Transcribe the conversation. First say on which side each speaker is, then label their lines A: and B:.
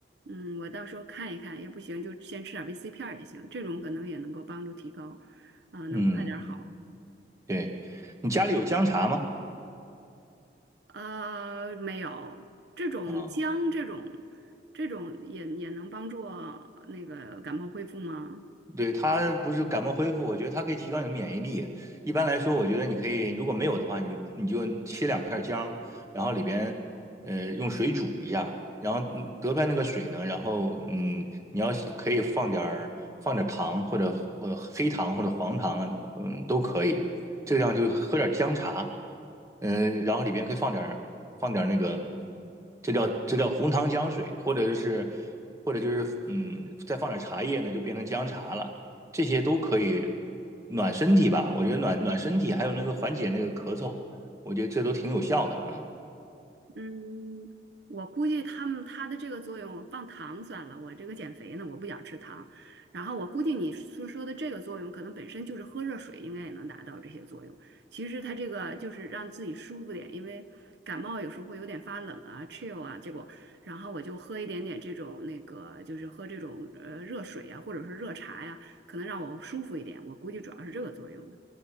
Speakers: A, on the right (about 75°); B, on the right (about 15°).
A: 嗯，我到时候看一看，要不行就先吃点维 C 片儿也行，这种可能也能够帮助提高，啊、能快点儿好。
B: 嗯，对，你家里有姜茶吗？
A: 呃，没有，这种姜这种
B: 啊、
A: 这种也也能帮助那个感冒恢复吗？
B: 对，它不是感冒恢复，我觉得它可以提高你的免疫力。一般来说，我觉得你可以，如果没有的话，你就你就切两片姜，然后里边呃用水煮一下，然后嗯得出来那个水呢，然后嗯，你要是可以放点儿放点儿糖或者呃黑糖或者黄糖啊，嗯都可以，这样就喝点姜茶，嗯、然后里边可以放点儿放点儿那个，这叫这叫红糖姜水，或者是或者就是嗯，再放点茶叶呢，就变成姜茶了。这些都可以暖身体吧，我觉得暖暖身体，还有那个缓解那个咳嗽，我觉得这都挺有效的啊。
A: 嗯，我估计他们它的这个作用放糖算了，我这个减肥呢，我不想吃糖。然后我估计你说说的这个作用，可能本身就是喝热水应该也能达到这些作用。其实它这个就是让自己舒服点，因为感冒有时候会有点发冷啊、chill 啊，结果然后我就喝一点点这种那个，就是喝这种呃热水啊，或者是热茶呀、可能让我舒服一点。我估计主要是这个作用。